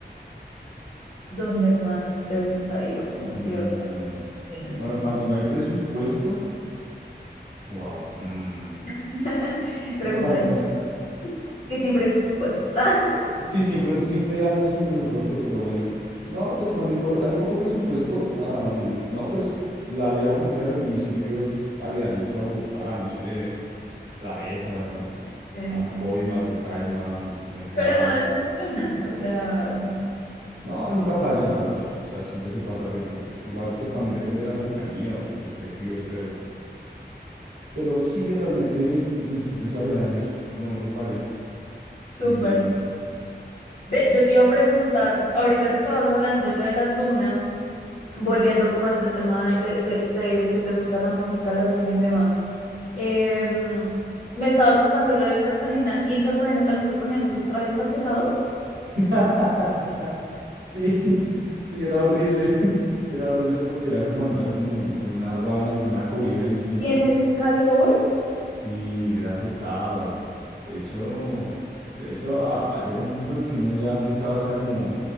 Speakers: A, on the left; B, on the right.
A: ¿dónde más te gusta ir o como
B: Mm,
A: qué otra tienes
B: bueno,
A: como
B: cuando no hay presupuesto, wow. mm,
A: <laughs> pregunta?
B: no, cuando
A: de-
B: no. <laughs>
A: Es que siempre hay presupuesto. <laughs>
B: Sí, siempre, siempre ando sin presupuesto, pero bueno. No, pues cuando hay, por- hay poco presupuesto, am, no, pues la vieja confiable, municipios aledaños a Bogotá, no sé, La Mesa,
A: Sí.
B: Anapoima, Tocaima, Melgar.
A: Pero no decepcionan, o sea,
B: No, nunca fallan, la verdad. O sea, siempre se pasa rico. Igual, pues también depende de la compañía o de tus objetivos, pero, pero sí, realmente municipios aledaños, no, no falla.
A: súper.
B: Mm,
A: Ve, yo te iba a preguntar, ahorita que estabas hablando de lo de la tuna, volviendo como a este tema de, de- de- de que te gusta la música, la tuna y demás, em, me estabas contando lo de Cartagena y en Cartagena también se ponían esos trajes tan pesados
B: <laughs> Sí, sí, era horrible. <laughs> Era horrible porque era como andar con, con una ruana, con una cobija ahí encima.
A: y en ese calor,
B: Sí, era pesado. De hecho, de hecho, a- a- llega un punto en el que uno ya empieza a verla como,